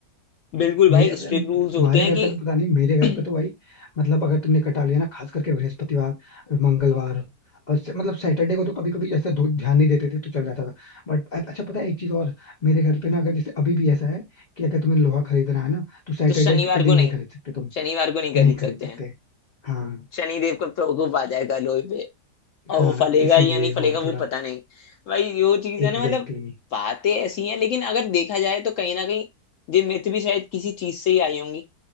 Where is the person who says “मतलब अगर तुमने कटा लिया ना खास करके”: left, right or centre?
Left